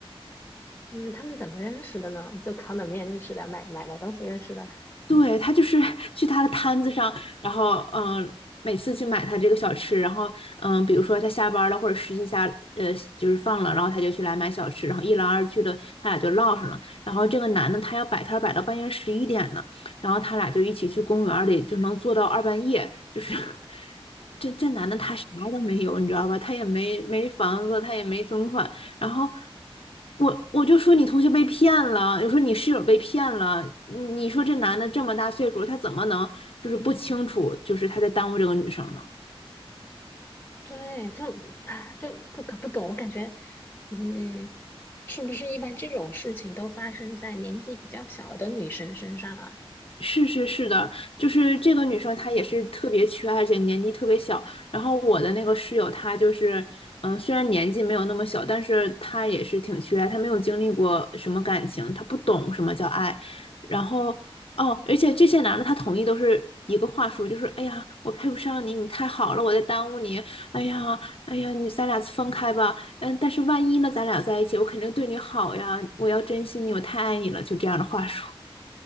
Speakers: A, on the left; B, on the left.
A: 嗯，他们怎么认识的呢？就烤冷面认识的，买买买东西认识的。
B: 对，他就是 <laughs> 去他的摊子上，然后嗯，每次去买他这个小吃，然后嗯，比如说他下班了或者实习下呃就是放了，然后他就去来买小吃，然后一来二去的他俩就唠上了。然后这个男的他要摆摊儿摆到半夜十一点呢，然后他俩就一起去公园儿里，就能坐到二半夜。就是 <laughs> 这这男的他啥都没有，你知道吧？他也没没房子，他也没存款，然后我我就说你同学被骗了，我说你室友被骗了，你说这男的这么大岁数，他怎么能就是不清楚，就是他在耽误这个女生呢？
A: 对，就啊，就就搞不懂。我感觉，嗯，是不是一般这种事情都发生在年纪比较小的女生身上啊？
B: 是是是的，就是这个女生她也是特别缺爱，而且年纪特别小。然后我的那个室友，她就是，嗯、虽然年纪没有那么小，但是她也是挺缺爱，她没有经历过什么感情，她不懂什么叫爱。然后哦，而且这些男的他同意都是一个话术，就是哎呀，我配不上你，你太好了，我在耽误你。哎呀，哎呀，你咱俩分开吧。嗯，但是万一呢，咱俩在一起，我肯定对你好呀，我要珍惜你，我太爱你了，就这样的话术。